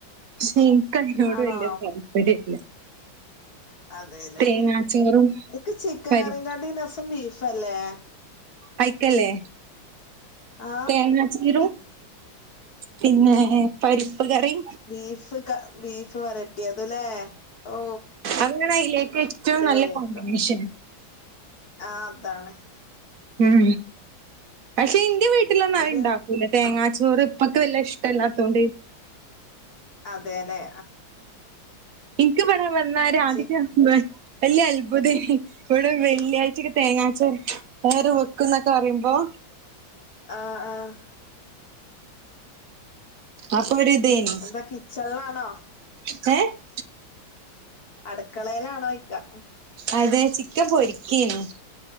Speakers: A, on the right; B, on the left.
A: ക്ഷേ ഇൻക്കയിനോട്
B: ആണോ
A: വല്യ താല്പര്യല്ല
B: അതേലേ..
A: തേങ്ങാച്ചോറും
B: ഇക്ക് ചിക്കൻ
A: പരി
B: കറിൻ്റാട്ടീ രസം ബീഫല്ലേ
A: ആയിക്കല്ലേ?
B: ആ
A: തേങ്ങ ചീരു.. പിന്നെ പരിപ്പ് കറി.
B: ബീഫ് ക ബീഫ് വരട്ടിയതലേ? ഓ..
A: <unintelligible> ഏറ്റവും
B: അടിപൊളിയായിരിക്കും
A: നല്ല കോമ്പിനേഷൻ
B: ആ അതാണ്
A: ഉം പക്ഷെ ഇന്റെ വീട്ടിലൊന്ന്അവ്ണ്ടാ
B: ന്നട്ട്
A: ഇന്ന് തേങ്ങാച്ചോറ് ഇപ്പക്ക് വല്യ ഇഷ്ടല്ലാത്തൊണ്ട്
B: അതെലെ
A: ഇൻക്ക് ഇവടെ വന്നാല് ആദ്യക്കെ
B: ചി
A: വല്യ അത്ഭുതേനി ഇവടെ വെള്ളിയാഴ്ചക്കെ തേങ്ങാര്ച്ചോറ് വെക്കും ന്നൊക്കെ പറയുമ്പോ
B: ആ ആഹ്
A: അപ്പ രിതേയ്
B: ന്ത കിച്ചൺലാണോ
A: <unintelligible>
B: അടക്കളേലാണോയ്ക്ക
A: അതെ... ചിക്കൻ പൊരിക്കേനു